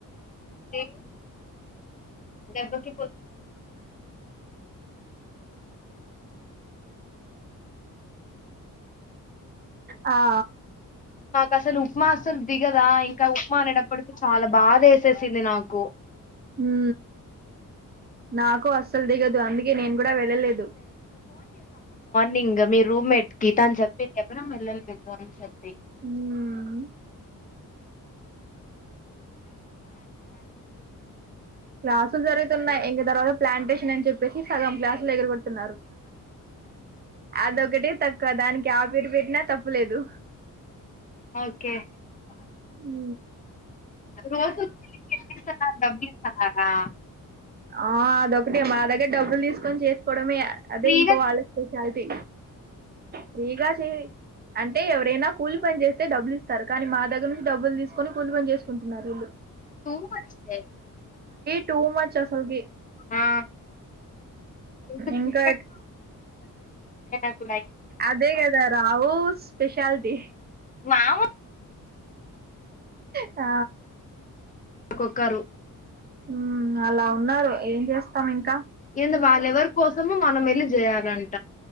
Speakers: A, on the left; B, on the right.
A: ది దెబ్బకి పో
B: అ ఆ
A: నాకు అసలు ఉప్మా అసలు దిగదా ఇంకా ఉప్మా అనేటప్పటిక చాలా బాధ వేసేసింది నాకు కు
B: ఉ నాక్ వాస్ అసలు దిగదు అందుకే నేను కూడా వెళ్ళలేదు
A: నింగ్ మీ రూమ్మేట్ కి తను చెప్పింది చెప్పన మీరు ఏళ్లలేదు అని చెప్పి
B: హ్మ్ క్లాసులు జరుగుతున్నాయ్. ఇంగ తర్వాత ప్లాంటేషన్ అని చెప్పేసి, సగం క్లాసులు ఎగరగొట్ తున్నారు. అదొక్ ఒకటే తక్కువ, దానికి ఆ పేరు పెట్టినా తప్పులేదు.
A: ఓకే
B: ఉ
A: రోజు కూలికి ఎంత ఇస్తున్నారు డబ్బులు ఇస్తున్నారా
B: ఆ అదొక్కటే మా దగ్గర డబ్బులు దీస్ కొన్ చేస్కోవడమేయా అదే
A: ఫ్రీ
B: ఇంకో వాళ్ళ స్పెషాలిటీ. ఫ్రీగా చెయ్. అంటే ఎవరైనా కూలి పని చేస్తే డబ్బులు ఇస్తారు. కాని, మా దగ్గర నుంచి డబ్బులు తీసుకొని, కూలి పని చేస్ కుంటున్నారీళ్ళు
A: టూ మచ్ ఏ
B: టూ మచ్ అసల్ కీ
A: ఆ ఇంతకు
B: ఇంకా
A: <unintelligible>
B: అదే గద రావూ స్పెష్ షలిటీ
A: మా వు
B: ఆ
A: ఒక్కొక్కరు
B: హ్మ్ అలా ఉన్నారు. ఏం చేస్తాం ఇంకా
A: ఏంది? వాళ్ళ ఎవరి కోసము మనం ఎళ్ళి జేయాలి. <unintelligible>